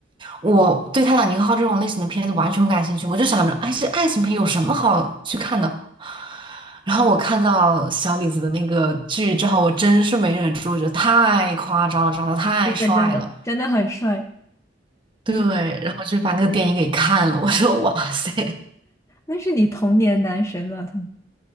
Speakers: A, on the right; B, on the left.
A: 我对《泰坦尼克号》这种类型的片子完全不感兴趣，我就想着，哎，这爱情片有什么好去看的？<laughs> 然后我看到小李子的那个剧之后，我真是没忍住，我觉得太夸张了，长得太帅了，
B: 真的真的，真的很帅，
A: 对，
B: 对，
A: 然后就把那个电影给看了。我说，哇塞！
B: 那是你童年男神了，他。